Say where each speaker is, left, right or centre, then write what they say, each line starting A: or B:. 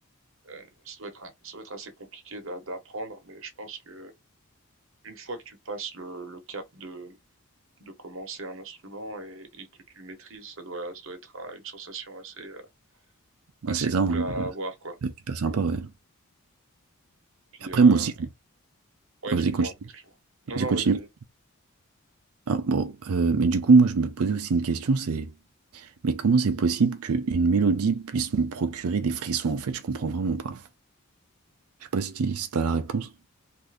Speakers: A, on the right; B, on the right.
A: euh, ça doit être, ça doit être assez compliqué d'a- d'apprendre, mais je pense que Une fois que tu passes le, le cap de, de commencer un instrument et, et que tu le maîtrises, ça doit, ça doit être euh, une sensation assez, euh,
B: Moi,
A: assez
B: c'est ça,
A: cool
B: hein,
A: à
B: euh,
A: avoir, quoi.
B: c'est super
A: Tu
B: sympa,
A: vois.
B: ouais.
A: Puis,
B: Et après,
A: euh,
B: moi aussi,
A: ouais,
B: Ah,
A: excuse-moi,
B: vas-y, continue,
A: excuse-moi. Non,
B: vas-y,
A: non,
B: continue.
A: vas-y, vas-y.
B: Ah, bon, euh, mais du coup, moi, je me posais aussi une question, c'est, Mais comment c'est possible qu'une mélodie puisse me procurer des frissons, en fait? Je comprends vraiment pas. Je sais pas si tu as la réponse.